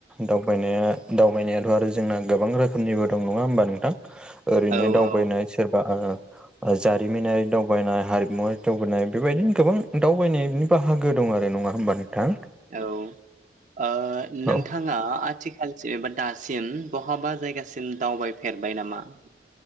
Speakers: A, in the centre; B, on the right (about 45°).
A: दावबायनाया दावबायनायाथ' आरो जोंना गोबां रोखोमनिबो दं नङा होमबा नोंथां ओरैनो
B: औ
A: दावबायनाय
B: औ
A: सोरबा जारिमिनारि दावबायनाय हारिमुवारि दावबायनाय बेबायदिनो गोबां दावबायनाय बाहागो दं आरो नङा होमबा नोंथां।
B: औ ओ नोंथां
A: औ
B: आ आथिखालसिम एबा दासिम बहाबा जायगासिम दावबायफेरबाय नामा